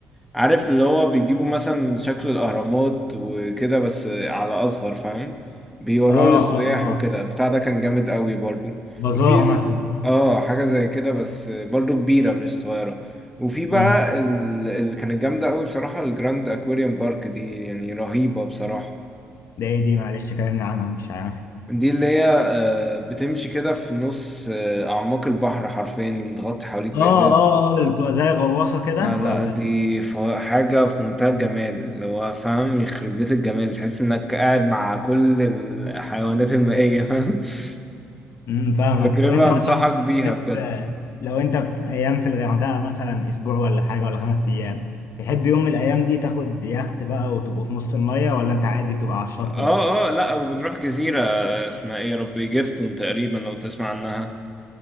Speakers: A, in the centre; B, on the left.
A: عارف اللي هو بيجيبوا مثلا شكل الأهرامات وكده بس على أصغر فاهم بيوروه
B: اه
A: للسياح
B: اه اه
A: وكده بتاع ده كان جامد قوي برضو
B: بازار
A: وفي ال-
B: مثلا
A: اه حاجة زي كده بس برضو كبيرة مش صغيرة وفي بقى
B: امم
A: ال- اللي كانت جامدة قوي بصراحة الجراند أكواريوم بارك دي يعني رهيبة بصراحة
B: ده ايه دي معلش كلامنا عنها مش عارف
A: دي اللي هي آه، بتمشي كده في نص آه، أعماق البحر حرفيا ومتغطي حواليك
B: اه
A: بإزاز
B: اه اه اللي بتبقى زي غواصه كده
A: لا لا
B: ولا
A: دي ف- حاجة في منتهى الجمال اللي هو فاهم يخرب بيت الجمال تحس انك قاعد مع كل الحيوانات المائية فاهم <laughs>
B: امم فاهمك
A: تجربة
B: طب انت
A: انصحك
B: مثلا
A: بيها
B: تحب
A: بجد
B: لو انت في ايام في الغردقه مثلا اسبوع ولا حاجه ولا خمس ايام تحب يوم من الايام دي تاخد يخت بقى وتبقوا في نص الميه ولا انت عادي تبقى على الشط
A: اه
B: بس
A: اه لا وبنروح جزيرة اسمها ايه يا ربي جيفتون تقريبا لو تسمع عنها